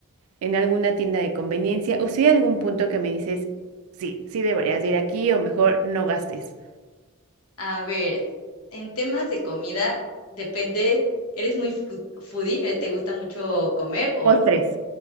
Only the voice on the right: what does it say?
en alguna tienda de conveniencia? ¿O si hay algún punto que me dices, sí, sí deberías de ir aquí o mejor no gastes?
Postres,